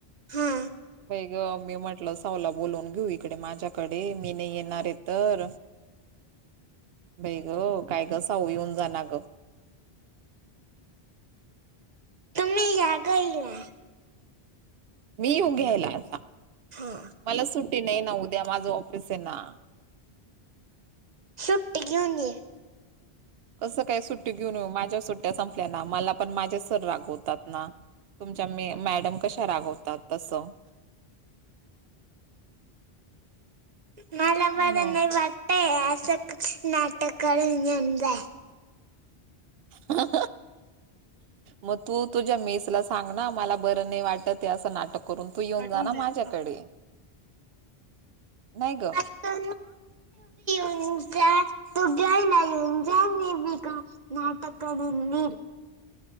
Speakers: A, on the right (about 45°); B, on the right (about 70°).
A: हा
B: ग मी म्हटलं सावला बोलवून घेऊ इकडे माझ्याकडे मी नाही येणार आहे तर बई ग काय गसाऊ येऊन जा ना ग
A: तुम्ही जागईला
B: मी येऊ घ्यायला आता
A: हा
B: मला सुट्टी नाही ना उद्या माझं ऑफिस आहे ना
A: सुट्टे घेऊन येे
B: कसं काय सुट्टी घेऊन येऊ माझ्या सुट्ट्या संपल्या ना मला पण माझे सर रागवतात ना तुमच्या मी मॅडम कशा रागवतात तसं
A: मला बरं
B: मग
A: नाही वाटतय असं नाटक करून येऊन जा
B: ह मग तू तुझ्या मेस ला सांग ना मला बरं नाही वाटत असं नाटक करून तू येऊन
A: कट
B: जाना
A: होऊन जाईल.
B: माझ्याकडे नाही ग
A: त उन जा जयलय जय मपिका नाटक दिी